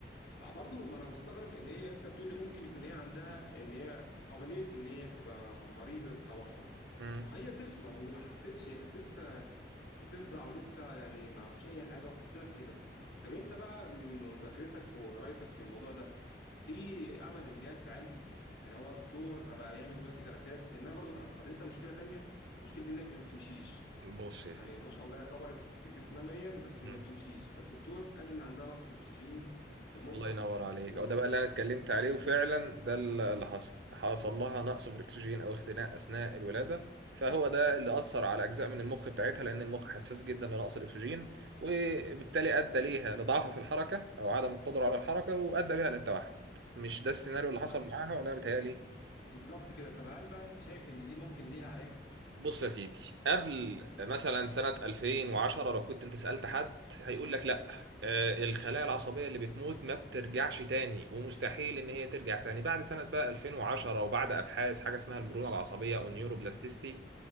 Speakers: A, on the left; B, on the right.
A: آه، برضو ما انا مستغرب ان هي انت بتقول لي ممكن يكون هي عندها ان هي قابليه ان هي تبقى مريضه توحد
B: مم.
A: ما هي طفله هي ما حستش هي كانت لسه بترضع ولسه يعني ما فيش اي حاجه وحسينا بكده طب انت بقى من مذاكرتك وقرايتك في الموضوع ده في امل ان هي تتعالج يعني هو دكتور بقى يعمل دلوقتي جلسات لانها برضو كان قابلتها مشكله تانية مشكله ان هي ما بتمشيش
B: بص يا سيدي
A: يعني ما شاء الله هي كبرت جسمانيا بس ما
B: مم.
A: بتمشيش فالدكتور قال ان عندها نقص في الاكسجين في المخ
B: الله ينور عليك
A: و-
B: او ده بقى اللي انا اتكلمت عليه وفعلا ده اللي حصل حصل لها نقص في الاكسجين او اختناق اثناء الولاده فهو ده اللي اثر على اجزاء من المخ بتاعتها لان المخ حساس جدا لنقص الاكسجين وبالتالي ادى ليها لضعف في الحركه او عدم القدره على الحركه وادى بيها للتوحد مش ده السيناريو اللي حصل
A: طب
B: معاها ولا أنا بيتهيألي
A: بالظبط كده طب هل بقى انت شايف ان دي ممكن ليها علاج
B: بص يا سيدي قبل مثلا سنة 2010 لو كنت انت سألت حد هيقول لك لا آه، الخلايا العصبية اللي بتموت ما بترجعش تاني ومستحيل ان هي ترجع تاني بعد سنة بقى 2010 وبعد ابحاث حاجة اسمها المرونة العصبية او النيوروبلاستيستي